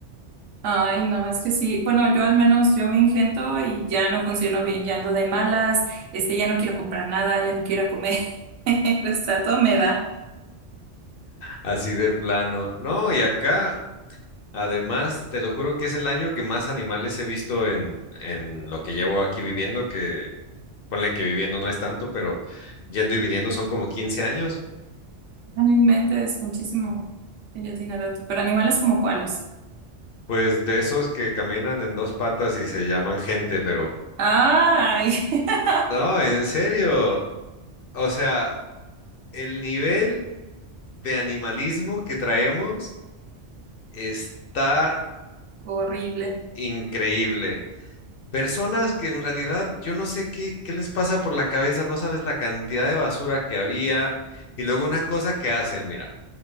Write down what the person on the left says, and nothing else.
así de plano. No, y acá, además, te lo juro que es el año que más animales he visto en, en lo que llevo aquí viviendo, que ponle que viviendo no es tanto, pero yendo y viniendo son como 15 años.
Pues de esos que caminan en dos patas y se llaman gente, pero
No, en serio. O sea, el nivel de animalismo que traemos está
increíble. Personas que en realidad yo no sé qué, qué les pasa por la cabeza, no sabes la cantidad de basura que había. Y luego una cosa que hacen, mira,